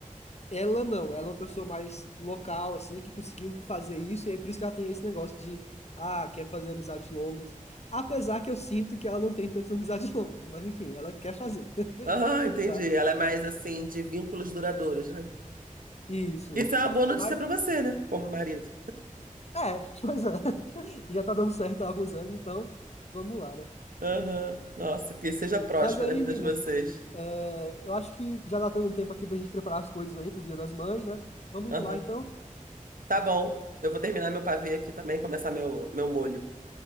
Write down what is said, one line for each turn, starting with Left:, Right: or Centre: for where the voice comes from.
Left: ela não, ela é uma pessoa mais local, assim, que conseguiu fazer isso, e é por isso que ela tem esse negócio de, ah, quer fazer amizades longas. Apesar que eu sinto que ela não tem tantas amizades <laughs> longas, mas enfim, ela quer fazer, <laughs>
Right: Aham, entendi.
Left: sabe?
Right: Ela é mais, assim, de vínculos duradouros, né?
Left: Isso,
Right: Isso
Left: isso.
Right: é uma boa notícia
Left: Mas,
Right: para você, né? Como marido.
Left: é, <laughs> pois é. Já tá dando certo há alguns anos, então vamos lá, né?
Right: Aham, Nossa, que seja próspera
Left: Mas aí,
Right: a vida
Left: Nina,
Right: de vocês.
Left: é, eu acho que já tá dando um tempo aqui pra gente preparar as coisas aí pro Dia das Mães, né? Vamos
Right: Aham,
Left: indo lá, então.
Right: Tá bom. Eu vou terminar meu pavê aqui também e começar meu, meu molho.